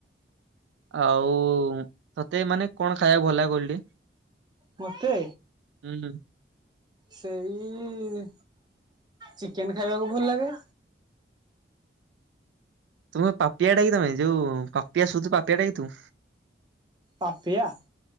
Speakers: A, on the right; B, on the right.
A: ଆଉ ତତେ ମାନେ କଣ ଖାଇବାକୁ ଭଲ ଲଗେ କହିଲୁ ଟି?
B: ପଥେ।
A: ହୁଁ।
B: ସେଇ ଚିକେନ ଖାଇବାକୁ ଭଲ ଲାଗେ।
A: ତମେ ପାପିଆ ଡା କି ତମେ ଯୋଉ ପାପିଆ ଶୁଧୁ ପାପିଆ ଡାକି ତୁ।
B: ପପିଆ।